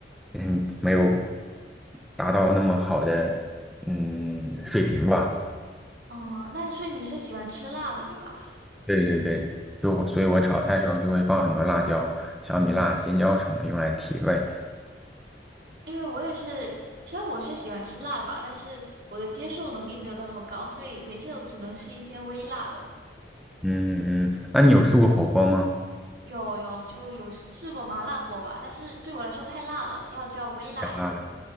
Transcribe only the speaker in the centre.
嗯，没有达到那么好的嗯水平吧。
对对对，就所以，我炒菜的时候就会放很多辣椒、小米辣、尖椒什么的，用来提味。
嗯嗯，嗯那你有试过火锅吗？
太辣了，